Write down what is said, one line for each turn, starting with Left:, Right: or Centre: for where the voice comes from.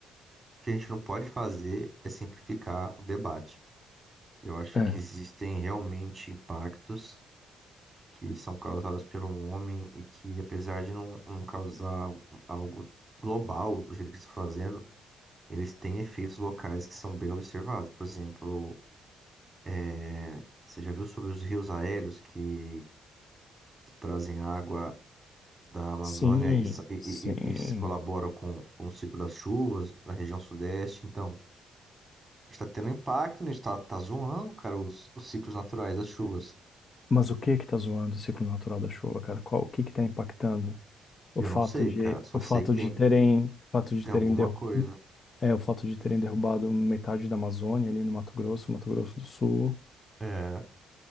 Right: o que a gente não pode fazer é simplificar o debate. Eu acho
Left: É.
Right: que existem realmente impactos que são causados pelo homem e que, apesar de não, não causar algo global do jeito que está fazendo Eles têm efeitos locais que são bem observados. Por exemplo, é, você já viu sobre os rios aéreos que, que trazem água da Amazônia
Left: Sim,
Right: e, sa- e-
Left: sim.
Right: e- e- e se colaboram com, com o ciclo das chuvas na região sudeste? Então, está tendo impacto nisso, está tá tá zoando, cara, os, os ciclos naturais das chuvas.
Left: Mas o que que tá zoando o ciclo natural da chuva, cara? Qual, o que que tá impactando? O
Right: E Eu
Left: fato
Right: não sei,
Left: de,
Right: cara, só
Left: o
Right: sei
Left: fato
Right: que tem,
Left: de terem, o fato de
Right: tem
Left: terem
Right: alguma
Left: derru-
Right: coisa.
Left: é, o fato de terem derrubado metade da Amazônia ali no Mato Grosso, Mato Grosso do Sul.
Right: É,